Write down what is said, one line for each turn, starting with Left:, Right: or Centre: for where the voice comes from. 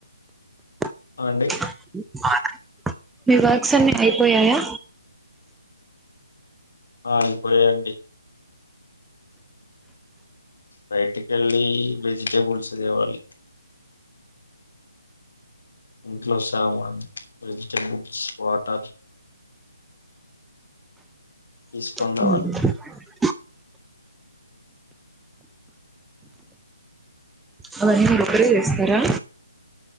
Centre: <unintelligible>
Left: అండి
Centre: మీ వర్క్స్ అన్ని ఐపోయాయా
Left: ఆ ఇప్పుడేంటి బయటికెళ్ళి వెజిటేబుల్స్ దేవాలి ఇంట్లో సామాన్ వెజిటబుల్స్ వాటర్
Centre: మ్మ్
Left: తీసుకొని రావాలి
Centre: అవన్నీ మీ మీ ఒక్కరే చేస్తారా